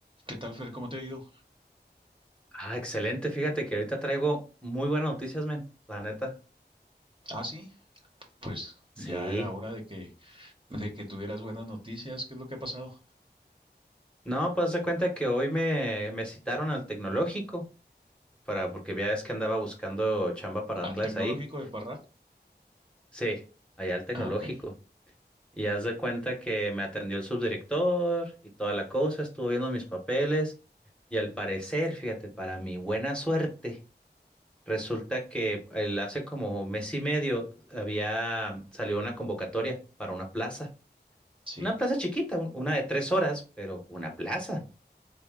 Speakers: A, on the right; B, in the centre.
A: ¿Qué tal, Fer? ¿Cómo te ha ido?
B: Ah, excelente. Fíjate que ahorita traigo muy buenas noticias, men. La neta.
A: Ah, sí, pues
B: Sí.
A: ya era hora de que, de que tuvieras buenas noticias. ¿Qué es lo que ha pasado?
B: No, pues haz de cuenta que hoy me, me citaron al tecnológico para, porque ya es que andaba buscando chamba para dar
A: ¿Al
B: clases
A: tecnológico
B: ahí.
A: de Parral?
B: Sí, allá al tecnológico.
A: Ah, ok,
B: Y haz de cuenta que me atendió el subdirector y toda la cosa, estuvo viendo mis papeles. Y al parecer, fíjate, para mi buena suerte, resulta que el- hace como mes y medio había salido una convocatoria para una plaza.
A: sí.
B: Una plaza chiquita, un- una de tres horas, pero una plaza.